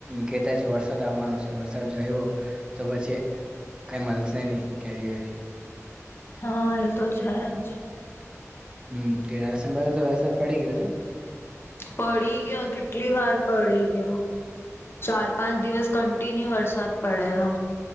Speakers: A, on the right (about 15°); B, on the left (about 45°).
A: કેતા વરસાદ આવવાનો છે વરસાદ જોય્યો તો પછી કઈ મળશે નહી કેરી વરી
B: હા એ તો છે જ
A: હમ કે આસ તો વરસાદ પડી ગયો ને
B: પડી ગયો કેટલી વાર પડી ગયો ચાર પાંચ દિવસ કન્ટિન્યુ વરસાદ પડેલો.